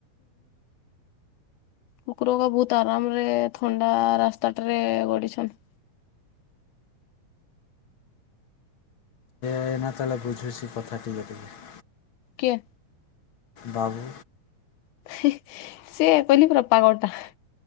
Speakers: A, on the left; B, on the left.
A: କୁକୁରକୁ ବହୁତ ଆରାମରେ ଥଣ୍ଡା ରାସ୍ତାଟାରେ ଗଡିଛନ୍।
B: ହେନା ତାହେଲେ ବୁଝୁଛି କଥା ଟିକେ <unintelligible>
A: କିଏ?
B: ବାବୁ।
A: ହି ସେ <unintelligible> ପୁରା ପାଗଳଟା।